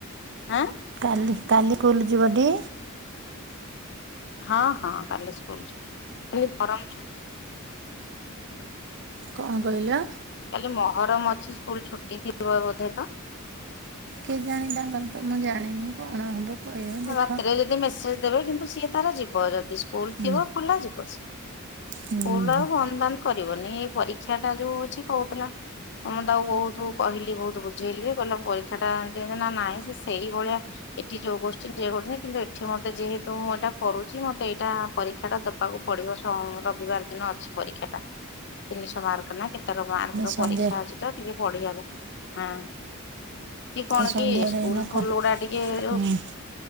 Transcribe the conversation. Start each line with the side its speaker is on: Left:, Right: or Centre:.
Left: ଆଁ
Right: କାଲି, କାଲି ସ୍କୁଲ୍ ଯିବଟି?
Left: ହଁ ହଁ କାଲି ସ୍କୁଲ ଯିବ, ଗରମ
Right: କଣ କହିଲ?
Left: କାଲି ମହରମ ଅଛି ସ୍କୁଲ ଛୁଟି ଥିବ ବୋଧେ ତ
Right: କେଜାଣି ତାଙ୍କର ତ ମୁଁ ଜାଣିନି କଣ କହିବ
Left: ହଁ
Right: ଦେଖ।
Left: ରାତିରେ ଯଦି ମେସେଜ ଦେବେ କିନ୍ତୁ ସିଏ ତାର ଯିବ, ଯଦି ସ୍କୁଲ
Right: ହୁଁ
Left: ଥିବ ଖୋଲା ଯିବ ସିଏ,
Right: ହୁଁ
Left: ସ୍କୁଲ
Right: ହୁଁ
Left: ଆଉ ବନ୍ଦ ବାନ୍ଦ କରିବନି ଏ ପରୀକ୍ଷା ଟା ଯୋଉ ଅଛି କହୁଥିଲା ମୁଁ ତାକୁ ବହୁତ କହିଲି, ବହୁତ ବୁଝେଇଲି, କହିଲା ପରୀକ୍ଷା ଟା ଏତି ନା ନାଇଁ ସେ ସେଇଭଳିଆ ଏଠି ଯଉ ଗୋଟୁନି <unintelligible> କିନ୍ତୁ ଏଠି ମୋତେ ଯେହେତୁ ମୁଁ ଏଇଟା କରୁଛି ମୋତେ ଏଇଟା ପରୀକ୍ଷା ଦେବାକୁ ପଡିବ ସମୟ ଅନୁଯାୟୀ। ରବିବାର ଦିନ ଅଛି ପରୀକ୍ଷା ଟା, ତିନିଶ ମାର୍କ ନା କେତେ? ତାର ମାର୍କ
Right: ଏଇନା
Left: ର
Right: ସନ୍ଧ୍ୟା
Left: ପରୀକ୍ଷା ଅଛି ତ ଟିକେ ପଢିଆକୁ ହଁ। ସିଏ କଣ
Right: ଆଉ ସନ୍ଧ୍ୟାବେଳେ
Left: କି ସ୍କୁଲ
Right: ଏଇନା କଣ?
Left: ଫୁଲ ଗୁଡା ଟିକେ ଯୋଉ
Right: ହୁଁ